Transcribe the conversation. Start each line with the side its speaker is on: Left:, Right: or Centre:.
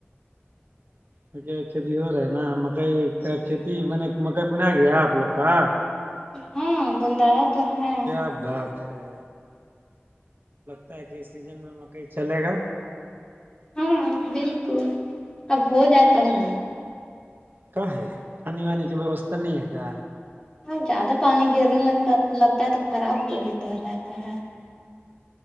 Right: م کھیتی ہو رہا ہے نا مکئی کا کھیتی بنے مکئی بنا گیا آپ لوگ کا
Left: ہاں بندایا تو ہے
Right: کیا بات ہے تاکہ سیزن میں مکئی چلے گا
Left: ہاں بالکل اب ہو جائے تب نا
Right: کیا ہے پانی وانی کی ووستھا نہیں ہے کیا
Left: اب زیادہ پانی گرنے لگ لگتا ہے تو خراب تو بھی تو ہو جاتا ہے